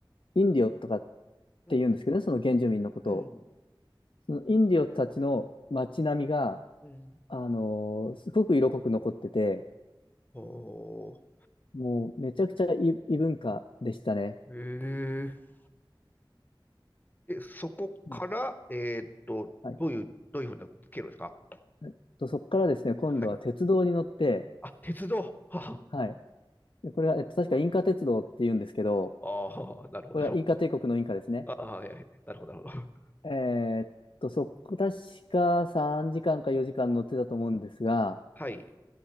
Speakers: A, on the left; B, on the left.
A: インディオとかっ
B: う、
A: て言うんですけどね、
B: うん、
A: その原住民のことを。
B: うん、うん、
A: そのインディオたちの街並みが、
B: うん、
A: あのーすごく色濃く残ってて、
B: お
A: もうめちゃくちゃ異、異文化でしたね。
B: ー、えー、で、そこから、
A: うん
B: えーっと、
A: はい。
B: どういう、どういうふうな経路ですか
A: えっと、そこからですね、今度は鉄道に乗って、
B: はい。あ、鉄道、はあ、
A: はい。でこれは、えっと、確かインカ鉄道って言うんですけど、
B: ああ、なるほど、
A: これはインカ帝国のインカですね。
B: なるほど。ああ、はい、はい、なるほど、なるほど。
A: えーっと、そこ、確か3時間か4時間乗ってたと思うんですが、
B: うんはい、